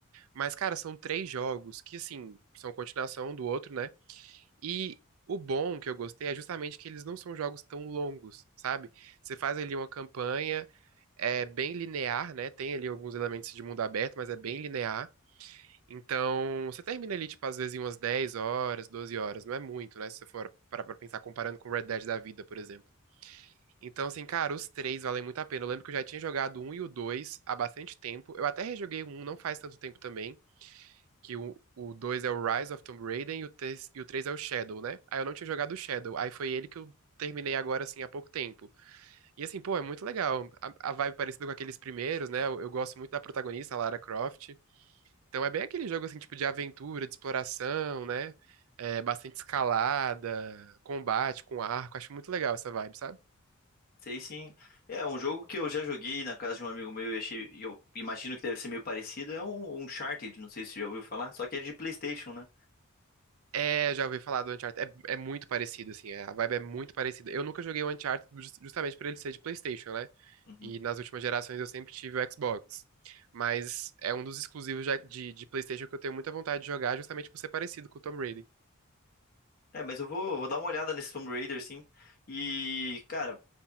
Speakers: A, on the right; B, on the left.
A: Mas, cara, são três jogos que, assim, são continuação um do outro, né? E o bom que eu gostei é justamente que eles não são jogos tão longos, sabe? Você faz ali uma campanha é bem linear, né? Tem ali alguns elementos de mundo aberto, mas é bem linear. Então, você termina ali, tipo, às vezes em umas 10 horas, 12 horas, não é muito, né? Se você for parar pra pensar comparando com Red Dead da vida, por exemplo. Então, assim, cara, os três valem muito a pena. Eu lembro que eu já tinha jogado o um e o dois há bastante tempo. Eu até rejoguei o um não faz tanto tempo também, que o, o dois é o Rise of Tomb Raider e o, três, e o três é o Shadow, né? Aí eu não tinha jogado o Shadow, aí foi ele que eu terminei agora, assim, há pouco tempo. E assim, pô, é muito legal. A, a vibe parecida com aqueles primeiros, né? Eu, eu gosto muito da protagonista, a Lara Croft. Então é bem aquele jogo, assim, tipo de aventura, de exploração, né? É, bastante escalada, combate com arco. Acho muito legal essa vibe, sabe?
B: Sei sim. É, um jogo que eu já joguei na casa de um amigo meu e achei, e eu imagino que deve ser meio parecido, é um um Uncharted, não sei se você já ouviu falar, só que é de PlayStation, né?
A: É, já ouvi falar do Uncharted. É, é muito parecido, assim. é, a vibe é muito parecida. Eu nunca joguei o Uncharted jus- justamente por ele ser de PlayStation, né?
B: Uhum.
A: E nas últimas gerações eu sempre tive o Xbox. Mas é um dos exclusivos já de, de PlayStation que eu tenho muita vontade de jogar, justamente por ser parecido com o Tom Brady.
B: É, mas eu vou, vou dar uma olhada nesse Tomb Raider, sim. E, cara,